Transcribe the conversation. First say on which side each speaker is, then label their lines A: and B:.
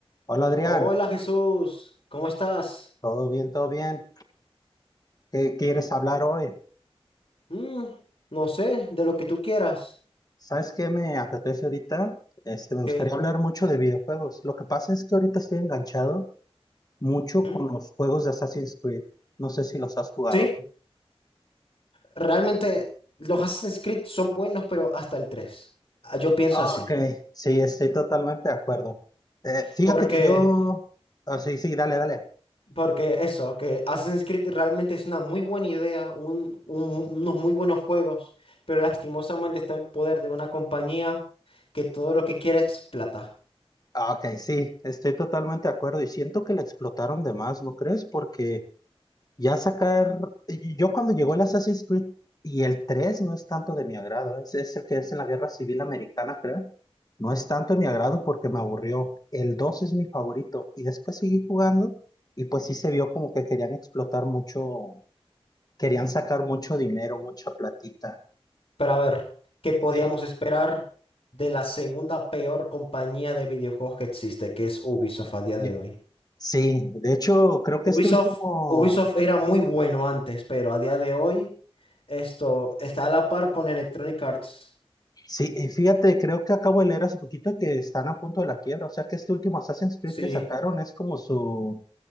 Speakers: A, on the left (about 40°); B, on the left (about 65°).
A: Hola Adrián,
B: Hola Jesús, ¿cómo estás?
A: todo bien, todo bien. ¿Qué quieres hablar hoy?
B: Mm, no sé, de lo que tú quieras.
A: ¿Sabes qué me apetece ahorita? Este, me gustaría
B: ¿Qué?
A: hablar mucho de videojuegos. Lo que pasa es que ahorita estoy enganchado mucho
B: Mm,
A: con los juegos de Assassin's Creed. No sé si los has jugado.
B: Sí, realmente los Assassin's Creed son buenos, pero hasta el 3. Ah, Yo pienso
A: Ah,
B: así.
A: Ok, sí, estoy totalmente de acuerdo. Eh, fíjate
B: Porque,
A: que yo... ah, sí, sí, dale, dale.
B: porque eso, que Assassin's Creed realmente es una muy buena idea, un- un- unos muy buenos juegos, pero lastimosamente está en poder de una compañía que todo lo que quiere es plata.
A: Ah, Ok, sí, estoy totalmente de acuerdo y siento que la explotaron de más, ¿no crees? Porque... Ya sacar, yo cuando llegó el Assassin's Creed y el 3 no es tanto de mi agrado, es, es el que es en la Guerra Civil Americana, creo. No es tanto de mi agrado porque me aburrió. El 2 es mi favorito y después seguí jugando y pues sí se vio como que querían explotar mucho, querían sacar mucho dinero, mucha platita.
B: Pero a ver, ¿qué podíamos
A: Eh,
B: esperar de la segunda peor compañía de videojuegos que existe, que es Ubisoft a día
A: y-
B: de hoy?
A: sí, de hecho creo
B: Ubisoft,
A: que este último,
B: Ubisoft era muy bueno antes, pero a día de hoy esto está a la par con Electronic Arts.
A: sí, eh, fíjate, creo que acabo de leer hace poquito que están a punto de la quiebra, o sea que este último Assassin's Creed
B: Sí.
A: que sacaron es como su